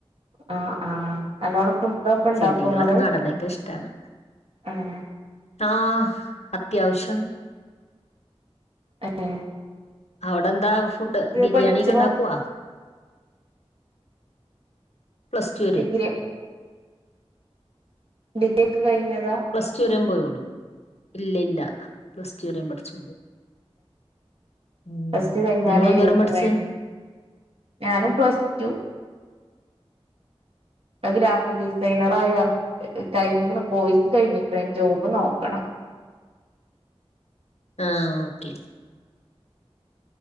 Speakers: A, on the right (about 60°); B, on the left (about 80°).
A: ആഹ് ആഹ് നല്ലോണം ഫുഡൊക്കെ ഇണ്ടാക്കോ
B: ചെടികളൊക്കെ
A: ഇങ്ങള്
B: നടനൊക്കെ ഇഷ്ടാണ്
A: ഏഹ്
B: ആഹ് അത്യാവശ്യം
A: ഏഹ്
B: അവിടെന്താ ഫുഡ് ബിരിയാണി
A: പഠിച്ചപ്പോ
B: ഒക്കെ ഇണ്ടാക്കോ? പ്ലസ് ടു വരെ
A: ഡിഗ്രി ഡിഗ്രി ഒക്കെ കഴിഞ്ഞതാ?
B: പ്ലസ് റ്റു വരെമ്പോയുള്ളു ഇല്ലേ ഇല്ല പ്ലസ് റ്റു വരേമ്പഠിച്ചൊള്ളു ഉം
A: പ്ലസ് ടു കഴിഞ്ഞാലായിരുന്നു
B: നിങ്ങളന്തോരം പഠിച്ച്
A: വേ ഞാനും പ്ലസ് റ്റു പ്പ ഗ്രാഫിഡിസൈനറായി വർ കഴിഞ്ക്ക്ണ് പോയ്സ് കയ്ഞ്ഞിക്ണ് ജോബ് നോക്കണം
B: ആഹ് ഓക്കേ